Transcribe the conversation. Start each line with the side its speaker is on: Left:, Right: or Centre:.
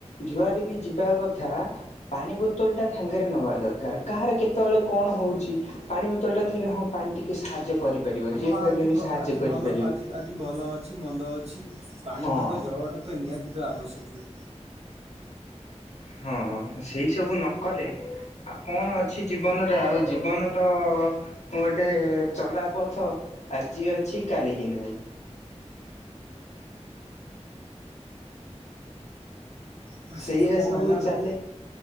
Left: ଯୁଆଡ଼େ ବି ଯିବା କଥା ପାଣି ବୋତଲଟା ସାଙ୍ଗରେ ନେବା ଦରକାର। କାହାର କେତେବେଳେ କଣ ହେଉଛି ପାଣି ବୋତଲ ଟା ଥିଲେ ହଁ ପାଣି ଟିକେ ସାହାଯ୍ୟ କରିପାରିବ,
Right: ହଁ
Left: ଯିଏ
Right: ଆଜି
Left: ହଲେ ବି
Right: ଭ
Left: ସାହାଯ୍ୟ
Right: ଆଜି
Left: କରିପାରିବ।
Right: ଭଲ ଆଜି ଆଜି ଭଲ ଅଛି, ମନ୍ଦ ଅଛି, ପାଣି
Left: ହଁ
Right: ଟୋପେ, ଜଳ ଟୋପେ ନିହାତି ଆବଶ୍ୟକୀୟ
Left: ହଁ, ସେଇ ସବୁ ନ କଲେ ଆଉ କଣ ଅଛି ଜୀବନରେ? ଆଉ ଜୀବନ ତ ଗୋଟେ ଚଲା ପଥ, ଆଜି ଅଛି କାଲିକିି ନାହିଁ।
Right: ହଁ।
Left: ସେଇଆ
Right: ସେଠୁ କଣ
Left: ସବୁ
Right: ହେଲା
Left: ଚାଲେ।
Right: ନା